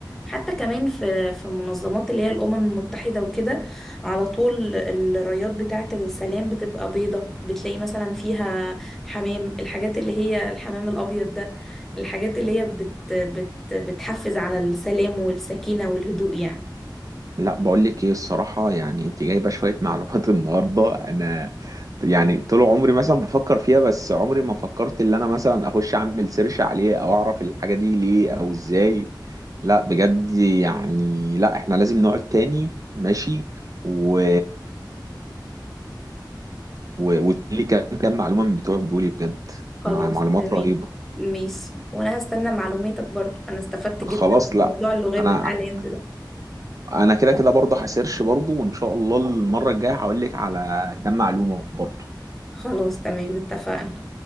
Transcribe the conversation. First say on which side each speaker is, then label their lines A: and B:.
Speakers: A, in the centre; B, on the right (about 45°).
A: حتى كمان في في المنظمات اللي هي الأمم المتحدة وكده على طول الرايات بتاعة السلام بتبقى بيضة بتلاقي مثلا فيها حمام الحاجات اللي هي الحمام الأبيض ده الحاجات اللي هي بت بت بتحفز على السلام والسكينة والهدوء يعني
B: لا بقول لك ايه الصراحه يعني انت جايبه شويه معلومات <laughs> النهارده انا يعني طول عمري مثلا بفكر فيها بس عمري ما فكرت ان انا مثلا اخش اعمل سيرش عليه او اعرف الحاجه دي ليه او ازاي لا بجد يعني لا احنا لازم نقعد تاني ماشي و و- وتقولي كام كام معلومه من بتوعك دول بجد
A: خلاص
B: مع معلومات
A: تمام
B: رهيبه
A: ماشي وأنا هستنى معلوماتك برضو أنا استفدت
B: خلاص
A: جدا من
B: لا
A: موضوع اللغات
B: انا
A: بتاع الهند ده
B: انا كده كده برضه هسيرش برضه وان شاء الله المره الجايه هقول لك على كام معلومه برضه
A: خلاص تمام اتفقنا